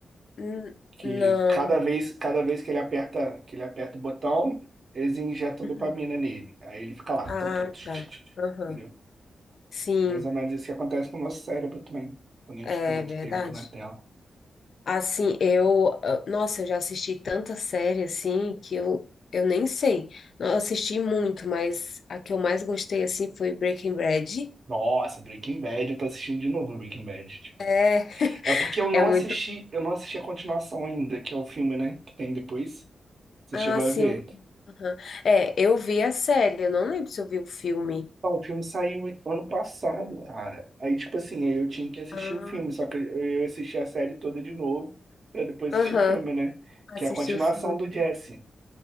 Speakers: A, on the left; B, on the right.
A: n-
B: que
A: Não.
B: cada vez, cada vez que ele aperta, que ele aperta o botão, eles injetam
A: Uhum.
B: dopamina nele. Aí ele fica lá,
A: Ah,
B: o tempo todo.
A: tá. Aham.
B: Entendeu?
A: Sim,
B: Mais ou menos isso que acontece com o nosso cérebro também, quando a
A: é
B: gente fica muito
A: verdade.
B: tempo na tela.
A: Assim, eu, ah, nossa, eu já assisti tanta série assim que eu, eu nem sei. Não, Eu assisti muito, mas a que eu mais gostei assim foi Breaking Bad.
B: Nossa, Breaking Bad, eu tô assistindo de novo Breaking Bad, tipo.
A: É, <laughs>
B: É porque eu não
A: é muito.
B: assisti, eu não assisti a continuação ainda, que é o filme, né, que tem depois. Você
A: Ah,
B: chegou
A: sim.
B: a ver?
A: aham. É, eu vi a série, eu não lembro se eu vi o filme.
B: Não, o filme saiu ano passado, cara. Aí, tipo assim, eu tinha que assistir
A: Ah,
B: o filme, só que eu assisti a série toda de novo, pra depois
A: aham.
B: assistir o filme, né?
A: Assisti
B: Que é a continuação
A: o filme.
B: do Jesse.